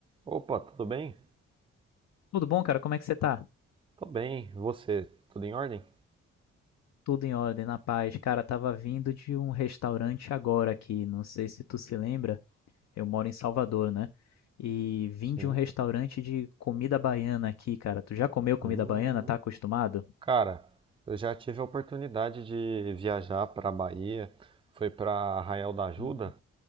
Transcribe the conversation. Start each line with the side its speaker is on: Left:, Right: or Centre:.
Right: Opa, tudo bem?
Left: Tudo bom, cara? Como é que você tá?
Right: Tô bem. E Você, tudo em ordem?
Left: Tudo em ordem, na paz. Cara, tava vindo de um restaurante agora aqui, não sei se tu se lembra, eu moro em Salvador, né? E vim
Right: Sim.
Left: de um restaurante de comida baiana aqui, cara. Tu já comeu comida
Right: Hum,
Left: baiana? Tá acostumado?
Right: cara, eu já tive a oportunidade de viajar para Bahia, foi para Arraial da Ajuda.
Left: Uhum.